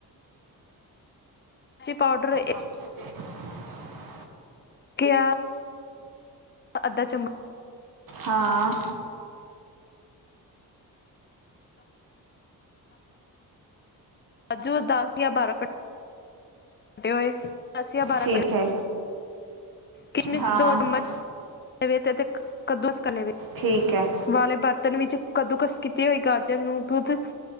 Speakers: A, on the left; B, on the right.
A: ਚੀ ਪਾਊਡਰ ਇੱਕ
B: <inaudible>
A: ਕਿਆ ਅੱਧਾ ਚਮਚ
B: ਹਾਂ
A: ਰਾਜੂ ਦਸ ਜਾਂ ਬਾਰਾਂ ਕਟੇ ਹੋਏ ਦਸ ਜਾਂ ਬਾਰਾਂ
B: ਠੀਕ
A: ਕਿਲ <unintelligible>
B: ਹੈ
A: ਕਿਸ਼ਮਿਸ਼
B: ਹਾਂ
A: ਦੋ ਚਮਚ ਲਵੇ ਅਤੇ ਕੱਦੂਸਕਾ ਲਵੇ <unintelligible>
B: ਠੀਕ ਹੈ
A: ਵਾਲੇ ਬਰਤਨ ਵਿੱਚ ਕੱਦੂਕਸ ਕੀਤੀ ਹੋਈ ਗਾਜਰ ਨੂੰ ਦੁੱਧ